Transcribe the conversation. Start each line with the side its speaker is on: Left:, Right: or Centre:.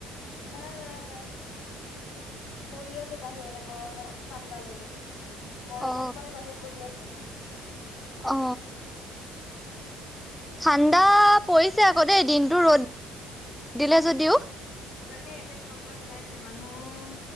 Left: নাই, নাই, নাই। বহি আছোঁ বাহিৰতে গৰমত ঠাণ্ডা লৈ লৈ। গৰমত
Centre: অ
Left: মানে বাহিৰত বহি আছোঁ।
Centre: অ ঠাণ্ডা পৰিছে আকৌ দেই, দিনতটো ৰ'দ দিলে যদিও।
Left: তাকে এতিয়া ঠাণ্ডা পেলাই দিলে মানুহৰ,